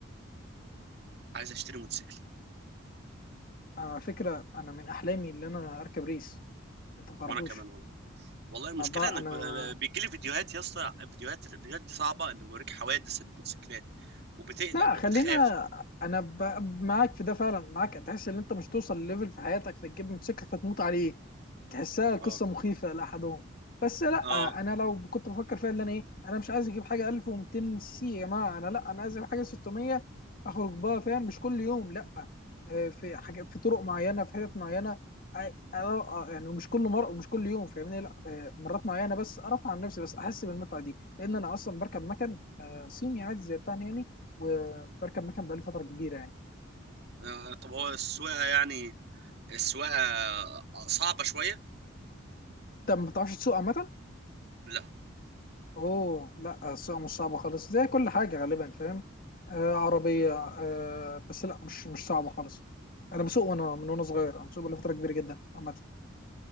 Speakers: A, on the right; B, on the left.
A: عايز اشتري موتوسيكل
B: على فكره انا من احلامي ان انا اركب ريس انت ما تعرفوش
A: وانا كمان والله والله المشكله
B: انا بقى
A: انك
B: انا
A: ب- بيجي لي فيديوهات يا اسطى فيديوهات الفيديوهات دي صعبه انه بيوريك حوادث الموتوسيكلات وبتقلق
B: لا
A: او
B: خلينا
A: بتخاف
B: انا ب... معاك في ده فعلا معاك تحس ان انت مش توصل لليفل في حياتك فتجيب موتوسيكل فتموت عليه تحسها قصه
A: اه
B: مخيفه لاحدهم بس لا
A: اه
B: انا لو كنت بفكر فيها اللي انا ايه انا مش عايز اجيب حاجه 1200 سي سي يا جماعه انا لا انا عايز اجيب حاجه 600 اخرج بها فاهم مش كل يوم لا آه، في حاجه في طرق معينه في حتت معينه آه، آه، يعني مش كل مره ومش كل يوم فاهمني لا آه، مرات معينه بس ارفع عن نفسي بس احس بالمتعه دي لان انا اصلا بركب مكن آه، صيني عادي زي بتاعنا يعني بركب مكان بقالي فتره كبيره يعني
A: آه، طب هو السواقه يعني السواقه صعبه شويه
B: طب ما بتعرفش تسوق عامه
A: لا
B: اوه لا السواقه مش صعبه خالص زي كل حاجه غالبا فاهم آه عربيه آه بس لا مش مش صعبه خالص انا بسوق وانا من وانا صغير انا بسوق بقالي فتره كبيره جدا عامه